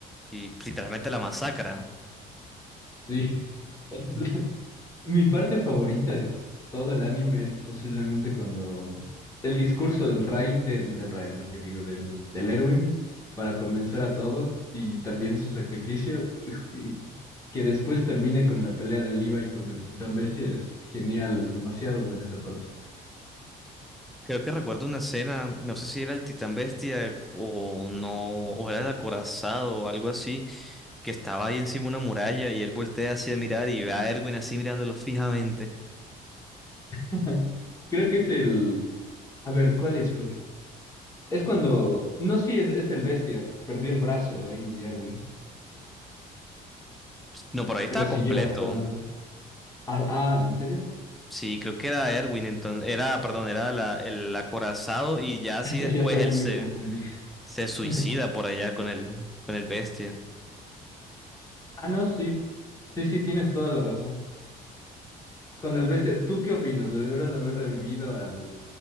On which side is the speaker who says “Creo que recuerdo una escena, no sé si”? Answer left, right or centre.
Centre